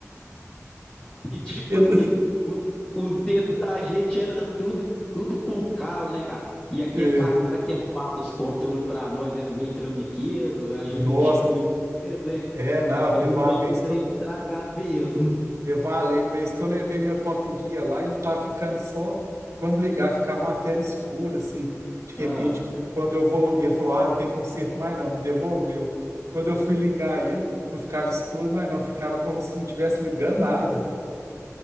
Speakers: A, on the left (about 25°); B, on the right (about 80°).
A: <laughs> E tipo
B: Eu-
A: assim, o- os dedos da gente era tudo, tudo com calo, né, cara?
B: <laughs>
A: E aquele
B: é,
A: cara que arrumava os controles pra nós era meio trambiqueiro, a gente
B: nossa,
A: não tinha muito dinheiro, né?
B: é, não,
A: Ficava
B: teve
A: julgando
B: uma vez
A: o trem
B: que eu,
A: estragado mesmo.
B: teve uma le- vez que eu levei meu Top Gear lá, ele tava ficando só, quando ligar ficava uma tela escura, assim, de repente,
A: Ah,
B: quando eu vou, ele falou, ah, não tem conserto mais não, me devolveu. Quando eu fui ligar ele, não ficava escuro mais não, ficava como se não tivesse ligando nada.